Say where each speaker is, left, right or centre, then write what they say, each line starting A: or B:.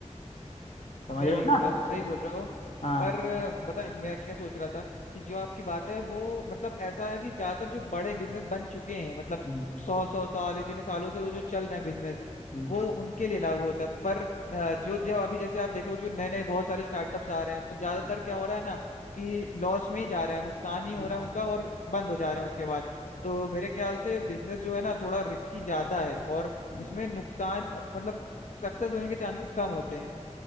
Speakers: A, on the left; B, on the left.
A: समझ
B: नहीं
A: रहे हो
B: नहीं
A: ना
B: आप सही बोल रहे हो
A: हाँ
B: पर बताए मैं क्या सोच रहा था कि जो आपकी बात है वो मतलब ऐसा है कि ज्यादातर जो बड़े बिजनेस बन चुके हैं मतलब
A: हम्म,
B: सौ सौ साल इतने सालों से वो जो चल रहे हैं बिजनेस
A: हम्म,
B: वो उनके लिए लागू होता है पर अ, जो जो अभी जैसे आप देखो जो नए नए बहुत सारे स्टार्टअप्स आ रहे हैं तो ज्यादातर
A: हम्म,
B: क्या हो रहा है ना कि लॉस में ही जा रहे हैं नुकसान ही हो
A: हम्म,
B: रहा है उनका और बंद हो जा रहे हैं उसके बाद तो मेरे ख्याल से बिजनेस जो है ना थोड़ा रिस्की ज्यादा है और
A: हम्म।
B: इसमें नुकसान मतलब सक्सेस होने के चांसेस कम होते हैं